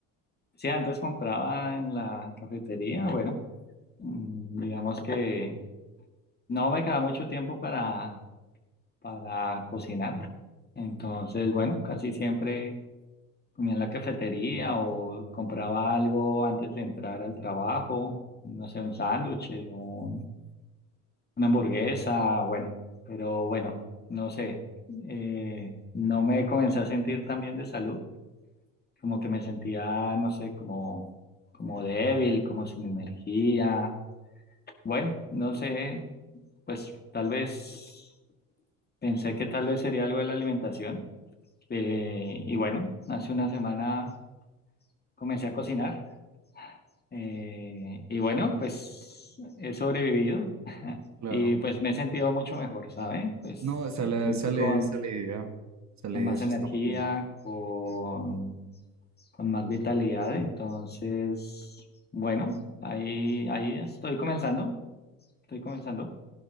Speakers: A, on the left; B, on the right.
A: sí, antes compraba en la cafetería, bueno, mm, digamos que no me queda mucho tiempo para, para cocinar, entonces, bueno, casi siempre comía en la cafetería o compraba algo antes de entrar al trabajo, no sé, un sándwich, un- una hamburguesa, bueno, pero bueno, no sé, eh, no me comencé a sentir tan bien de salud, como que me sentía, no sé, como, como débil, como sin energía, bueno, no sé, pues tal vez pensé que tal vez sería algo de la alimentación. Eh, y bueno, hace una semana comencé a cocinar. Eh, y bueno, pues he sobrevivido
B: Claro.
A: y pues me he sentido mucho mejor, ¿sabe? Pues
B: No, esa
A: me
B: la,
A: siento
B: esa la-
A: con,
B: esa la idea. Esa la
A: con
B: idea,
A: más
B: eso
A: energía,
B: está muy bien.
A: con, con más vitalidad. Entonces, bueno, ahí, ahí estoy comenzando, estoy comenzando.